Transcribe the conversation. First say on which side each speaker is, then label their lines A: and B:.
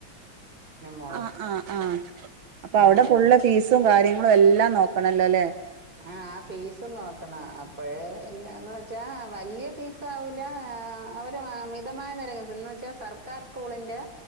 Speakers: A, on the right; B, on the right.
A: മോളും
B: ആ ആ ആഹ് അപ്പ അവിടെ
A: ആഹ്
B: ഫുള്ള് ഫീസും കാര്യ ങ്ങളും എല്ലാം നോക്കണല്ലോ ല്ലേ
A: ആഹ് ആ ഫീസും നോക്കണം ആ അപ്പഴേ എല്ലാന്ന് വെച്ചാ വല്യ ഫീസ്‌ ആവൂല ആ അവര് മമിത മായനിരക്ക് എന്ന് വെച്ചാൽ സർക്കാർ സ്കൂളിന്റെ